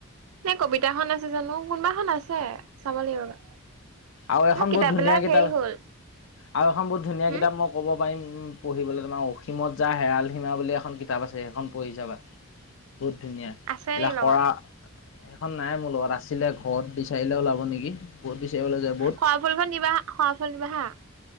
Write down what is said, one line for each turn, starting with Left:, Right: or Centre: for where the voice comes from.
Right: সেই কবিতা খন আছে জানো কোনোবাএখন আছে, চাব লাগিব ৰ'বা।
Left: আৰু এখন
Right: মোৰ কিতাপবিলাক
Left: বহুত ধুনীয়া কিতাপ
Right: হেৰি
Left: আছ
Right: হ'ল,
Left: আৰু এখন বহুত ধুনীয়া
Right: হম,
Left: কিতাপ মোক- ক'ব পাৰিম পঢ়িবলে তোমাক, অসীমত যাৰ হেৰাল সীমা বুলি এখন কিতাপ আছে সেইখন পঢ়ি চাবা। বহুত ধুনীয়া,
Right: আছে
Left: এলাহ
Right: নি লগত?
Left: কৰা- সেইখন নাই মোৰ লগত আছিলে ঘৰত বিচাৰিলে ওলাব নেকি ঘত বিচাৰিবলে যাব-
Right: সৱাফুলখন দিবা, সৱাফুল দিবা হাঁ।